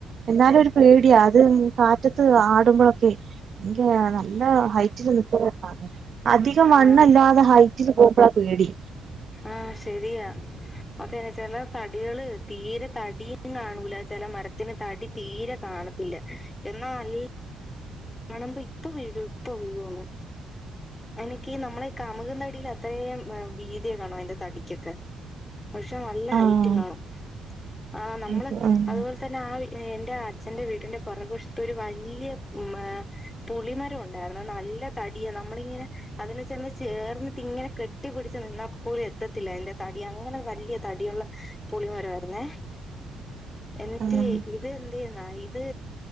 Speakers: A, on the right (about 45°); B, on the left (about 20°).
A: എന്നാലും ഒരു പേടിയാ. അത് ഉം കാറ്റത്ത് ആടുമ്പഴൊക്കെ ഭയങ്കര നല്ല ഹൈറ്റില് നിക്കുന്നോ <unintelligible> അധികം
B: ആ ആ
A: വണ്ണല്ലാതെ ഹൈറ്റിൽ പോ പ്പളാ പേടി.
B: ആഹ് ശരിയാ. അതുതന്നെ ചെല തടികള് തീരെ തടീം കാണൂല. ചെല മരത്തിന് തടി തീരെ കാണത്തില്ല. എന്നാ നൽ കാണുമ്പോ ഇപ്പൊ വീഴും ഇപ്പൊ വീഴോന്ന് അയ്നൊക്കീ നമ്മള് കാ <unintelligible> തടിയിൽ അത്രേം എ വീതിയൊക്കെ കാണും അതിന്റെ തടിക്കൊക്കെ പക്ഷെ നല്ല ഹൈറ്റും
A: ആഹ്
B: കാണും. ആ നമ്മള്
A: ഇത് ഉം
B: അതുപോലെ തന്നെ ആ എന്റെ അച്ഛന്റെ വീട്ടിന്റെ പുറക് വശത്ത് ഒരു വല്ല്യ മ് പുളിമരം ഒണ്ടായിരുന്നു അ നല്ല തടിയ നമ്മളിങ്ങനെ അതിനെ ചെന്ന് ചേർന്ന്ട്ട് ഇങ്ങനെ കെട്ടി പിടിച്ച്നിന്നാപ്പോലും എത്ത ത്തില്ല അയിൻ്റെ തടി അങ്ങനെ വല്ല്യ തടിയൊള്ള- പുളിമരായിരുന്നേ- എന്നിട്ട്
A: ഉം
B: ഇത് എന്തെന്നാ ഇ ഇത്